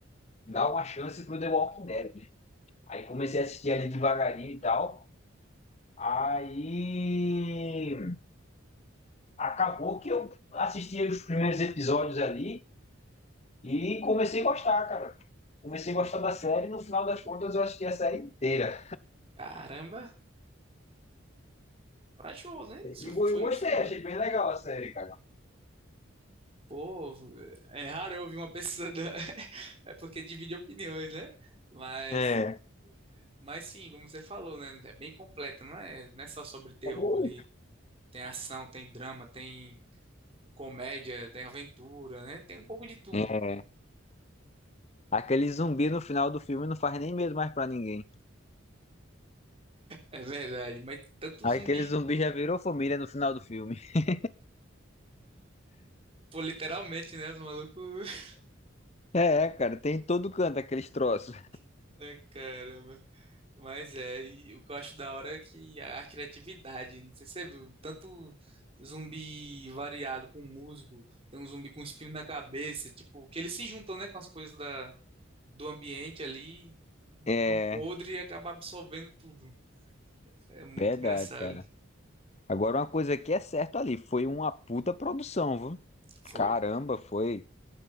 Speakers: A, on the left (about 30°); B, on the right (about 30°).
A: dar uma chance pro The Walking Dead. Aí comecei a assistir ali devagarinho e tal. Aí acabou que eu assisti os primeiros episódios ali e comecei a gostar, cara. Comecei a gostar da série, no final das contas eu assisti a série inteira.
B: Caramba, corajoso, hein? Isso
A: E go-
B: foi
A: eu gostei,
B: fundo.
A: achei bem legal a série, cara.
B: Pô, é raro eu ouvir uma pessoa. da- <laughs> É porque divide opiniões, né? Mas,
A: É.
B: mas sim, como você falou, né? É bem completa, não é, não é só sobre terror
A: Tá bom.
B: ali. Tem ação, tem drama, tem comédia, tem aventura, né? Tem um pouco de tudo.
A: É. Aquele zumbi no final do filme não faz nem medo mais pra ninguém.
B: É verdade, mas tanto
A: Aquele
B: zumbi.
A: zumbi já virou família no final do filme. <laughs>
B: Pô, literalmente, né? Os malucos.
A: É, cara, tem em todo canto aqueles troços.
B: <laughs> Ai, caramba. Mas é, e o que eu acho da hora é que a, a criatividade, não sei se você viu, tanto zumbi variado com musgo, tem um zumbi com espinho na cabeça, tipo, que eles se juntam, né, com as coisas da, do ambiente ali,
A: É,
B: tão podre e acaba absorvendo tudo. É muito
A: verdade,
B: engraçado.
A: cara. Agora uma coisa que é certa ali, foi uma puta produção, viu?
B: Foi.
A: Caramba, foi.